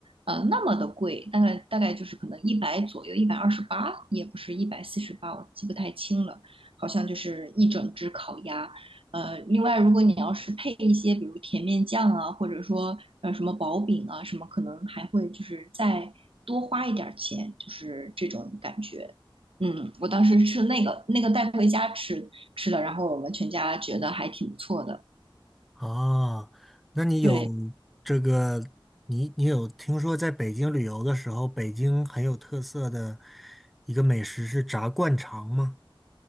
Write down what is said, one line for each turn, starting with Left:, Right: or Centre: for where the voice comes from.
Right: 呃那么的贵，大概大概就是可能一百左右，一百二十八，也不是一百四十八，我记不太清了，好像就是一整只烤鸭。呃，另外如果你要是配一些比如甜面酱啊，或者说呃什么薄饼啊什么，可能还会就是再多花一点儿钱，就是这种感觉。嗯，我当时吃那个那个带回家吃吃了，然后我们全家觉得还挺不错的。
Centre: 啊。那你有
Right: 对，
Centre: 这个，你你有听说在北京旅游的时候，北京很有特色的一个美食是炸灌肠吗？